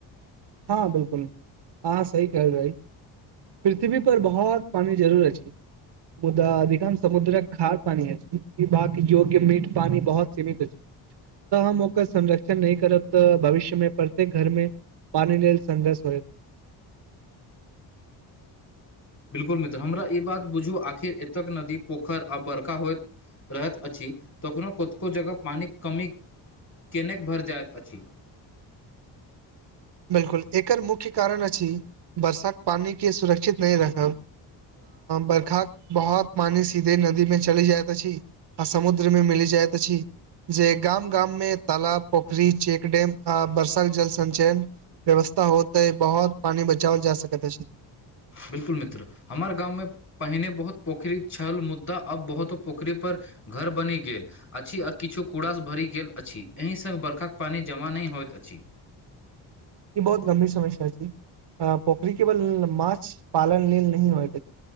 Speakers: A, on the right (about 60°); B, on the left (about 35°).
A: हँ बिल्कुल आहँ सही कहल रही पृथ्वी पर बहुत पानी जरूर अछी मुदा अधिकांश समुद्रक खार पानी अछि इबाक योग्य मीठ पानी बहुत सीमित अछि तऽ हम ओकर संरक्षण नहि करब तऽ भविष्य मे प्रत्येक घर मे पानि लल संघर्ष होइत
B: बिल्कुल मित्र हमरा ई बात बुझू आखिर एतक नदी पोखरि आ बड़का होइत रहैत अछि तखनो कतेको जगह पानिक कमी केने भरि जाइत अछि
A: बिल्कुल एकर मुख्य कारण अछि वर्षाक पानी के सुरक्षित नहि रखब बर्खा बहुत पानी सीधे नदी में चली जायत अछी आ समुद्रमे मिली जायइत अछि जे गाम गाम मे तालाब पोखरी चेक डेम आ वर्षा के जल संचयन व्यवस्था होतै बहुत पानी बचाओल जा सकैत अछि
B: बिल्कुल मित्र हमर गाममे पहिने बहुत पोखरि छल मुद्दा अब बहुतो पोखरि पर घर बनी गेल अछि आ किछु कूड़ासँ भरि गेल अछि एहि संग बर्खाक पानि जमा नहि होइत अछि
A: ई बहुत गंभीर समस्या छै अ पोखरी केवल माछ पालन लेल नह होय